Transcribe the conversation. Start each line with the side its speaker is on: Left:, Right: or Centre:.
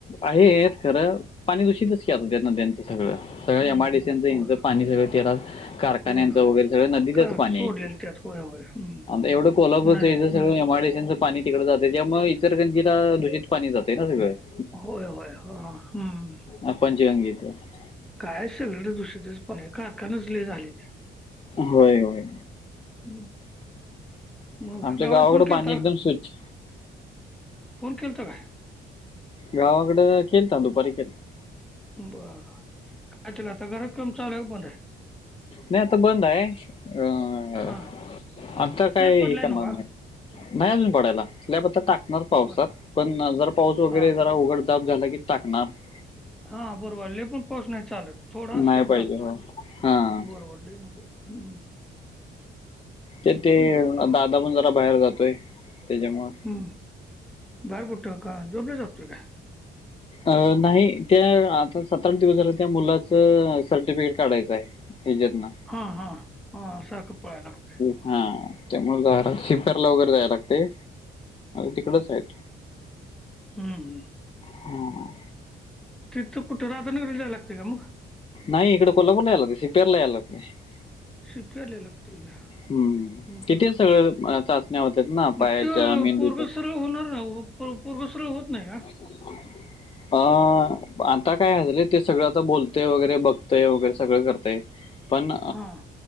Left: आहेत खरं पाणी दूषितच की नद्यांच सगळं. <unintelligible> सगळं
Centre: हं,
Left: एमआरडीसीचचं
Centre: हं. होय.
Left: पाणी सगळं तेला कारखान्यांचं
Centre: होय, होय.
Left: वगैरे सगळं नदीचंच
Centre: का
Left: पाणी
Centre: सोडलेलं
Left: आहे <unintelligible>
Centre: त्यात होय, होय. हं.
Left: एवढं कोल्हापूरच
Centre: नद्याच
Left: सगळं
Centre: पाणी.
Left: एमआयसीच <unintelligible> पाणी तिकड जाते त्यामुळे इतर गंजीला दूषित पाणी जाते ना सगळं <unintelligible>
Centre: होय होय ह हम्म <unintelligible>
Left: ह पंचगंगेच <unintelligible>
Centre: काय सगळीकडे दुषितच पाणी आहे कारखाने लई झालेत.
Left: होय होय
Centre: <unintelligible> ह मग
Left: आमच्या
Centre: गावकड
Left: गावाकडं
Centre: फोन केलता?
Left: पाणी एकदम
Centre: <unintelligible>
Left: स्वच्छ
Centre: फोन केलता काय? <unintelligible>
Left: गावाकडं केलता दुपारी केलता. <unintelligible>
Centre: बरं काय चाललय आता घराच काम चालू आहे का बंद आहे? <unintelligible>
Left: नाही आता बंद आहे अ <unintelligible>
Centre: हां.
Left: आता काय
Centre: स्लॅब पडलाय
Left: हे काम
Centre: नव्ह
Left: नाही
Centre: का?
Left: <unintelligible> नाही अजून पडायला आता टाकणार पावसात
Centre: होय.
Left: पण जर पाऊस वगैरे
Centre: हां.
Left: जरा उघड <unintelligible> स्लॅप झाला की टाकणार <unintelligible>
Centre: हा बरोबर लय पण पाऊस नाही चालत थोडा असला
Left: नाही
Centre: तर
Left: पाहिजे
Centre: चालतोय
Left: होय हां
Centre: बरोबर ले हम्म <unintelligible>
Left: तर ते
Centre: बरं.
Left: दादा पण जरा बाहेर जातोय त्याच्यामुळ <unintelligible>
Centre: हम्म बाहेर कुठ का जोबला जातो काय <unintelligible>
Left: अहो नाही त्या आता सातआठ दिवस झाले त्या मुलाचं सर्टिफिकेट काढायचं आहे <unintelligible> हेच्यात ना <unintelligible>
Centre: हा हा हा सारखं पळायला लागतं <unintelligible>
Left: हा त्यामुळे शिपरला वगैरे जायला लागते तिकडच आहेत <unintelligible>
Centre: हम् हम <unintelligible>
Left: हम्म <unintelligible>
Centre: तिथं कुठं राहताना रिजायला लागते का मग <unintelligible>
Left: नाही इकडे कोल्हापूरला यायला होते सिपेरला याय लागते <unintelligible>
Centre: सिपेरला लागते वय
Left: हम्म.
Centre: बर
Left: तिथे
Centre: <unintelligible>
Left: चाचण्या होत ना <unintelligible>
Centre: मग ते
Left: मेंदूच्या
Centre: पोरग सरळ होणार नाही पोरग सरळ होत नाही का <unintelligible>
Left: ह <unintelligible> आता काय झालंय ते सगळं आता बोलतय वगैरे बघतय वगैरे सगळं करत <unintelligible> पण
Centre: हां,